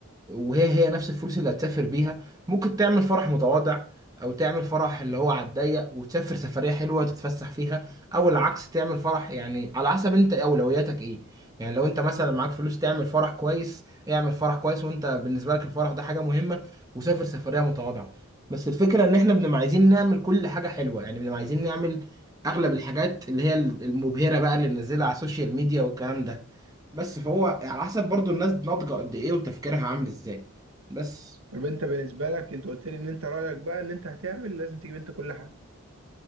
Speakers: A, on the right; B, on the right.
A: وهي هي نفس الفلوس اللي هتسافر بيها ممكن تعمل فرح متواضع او تعمل فرح اللي هو على الضيق وتسافر سفرية حلوة تتفسح فيها او العكس تعمل فرح يعني على حسب انت اولوياتك ايه يعني لو انت مثلا معاك فلوس تعمل فرح كويس اعمل فرح كويس وانت بالنسبة لك الفرح ده حاجة مهمة وسافر سفرية متواضعة بس الفكرة ان احنا بنبقى عايزين نعمل كل حاجة حلوة يعني بنبقى عايزين نعمل اغلب الحاجات اللي هي المبهرة بقى اللي ننزلها على السوشيال ميديا والكلام ده بس فهو على حسب برضو الناس ناضجة قد ايه وتفكيرها عامل ازاي بس
B: طب انت بالنسبة لك انت قلت لي ان انت رأيك بقى ان انت هتعمل لازم تجيب انت كل حاجة